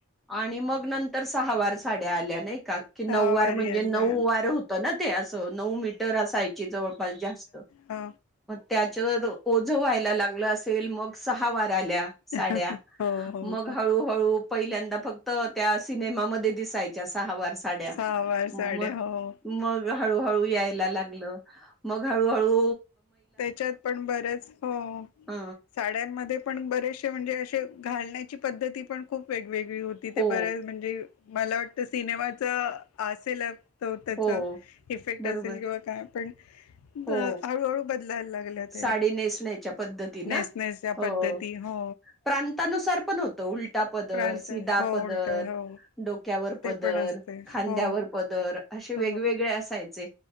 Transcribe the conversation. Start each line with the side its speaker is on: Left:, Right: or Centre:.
Centre: आणि मग नंतर सहा वार साड्या आल्या नाही का की नऊ
Left: सहावारी
Centre: वार म्हणजे
Left: आल्या
Centre: नऊ वार होतं ना ते असं नऊ मीटर असायची जवळपास जास्त
Left: हा
Centre: त्याच्या ओझं व्हायला लागलं असेल मग सहा वा ल्या साड्या
Left: हो हो
Centre: म
Left: हो
Centre: ळू पहिल्यांदा फक्त त्या सिनेमामध्ये दिसायच्या अस सहा वार साड्या
Left: सहावार
Centre: म
Left: साड्या हो
Centre: मग हळू हळू यायला लागल मग हाळू हाळू
Left: त्याच्यात पण बर्याच हो
Centre: ह
Left: साड्यांमध्ये पण बरेचसे म्हणजे असे घालण्याची पद्धती पण खूप वेगवेगळी होती
Centre: हो
Left: ते बर्याच म्हणजे मला वाटतं सिनेमाच असेल त त्याच
Centre: हो
Left: इफेक्ट
Centre: बरोबर
Left: असेल किंवा काय पणळ
Centre: हो
Left: बदलायला लागल्यात
Centre: साडी नेसण्याच्या पद्धती
Left: नेस
Centre: ना
Left: नस
Centre: हो
Left: पद्धती हो
Centre: प्रांतानुसार पण होतं उलटा पदर
Left: प्रांत
Centre: सिधा
Left: हो
Centre: पदर
Left: उलट हो
Centre: डोक्यावर पदर
Left: ते पण असते
Centre: खांद्यावर
Left: हो
Centre: पदर असे वेगवेगळे
Left: हो
Centre: असायचे